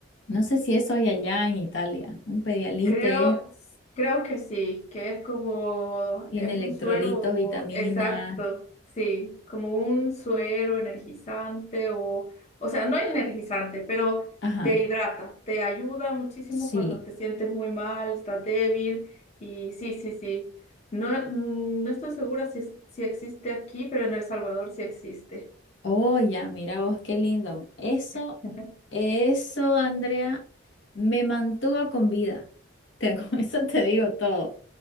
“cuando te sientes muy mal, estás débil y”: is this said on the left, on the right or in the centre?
Left